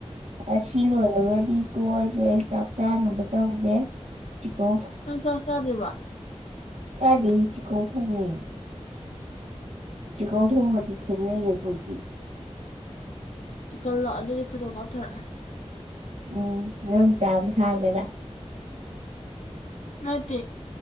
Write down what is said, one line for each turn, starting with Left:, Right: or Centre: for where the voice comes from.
Right: ꯑꯁꯤ ꯂꯣꯏꯔꯒꯗꯤ ꯇꯣꯛꯑꯁꯦ ꯆꯥꯛ ꯆꯥꯅꯕ ꯇꯧꯒꯦ ꯆꯤꯀꯧ
Left: ꯅ ꯆꯁ ꯍꯥꯏ꯭ꯕ
Right: ꯇꯒꯤꯁꯤ ꯀꯣꯊꯣꯡꯅꯤ ꯆꯀꯧ ꯊꯧ ꯃ ꯏ ꯊꯦꯡꯅꯌꯦ ꯀꯣꯏ
Left: ꯆꯤꯛꯀꯜꯂꯣꯑꯣ ꯑꯗꯨꯗꯤ ꯐꯣꯇꯣ ꯀꯥꯞꯊꯣꯔꯛꯑꯅꯤ
Right: ꯎꯝ ꯎ ꯇ ꯍꯥꯏꯦꯕ
Left: ꯅꯠꯇꯦ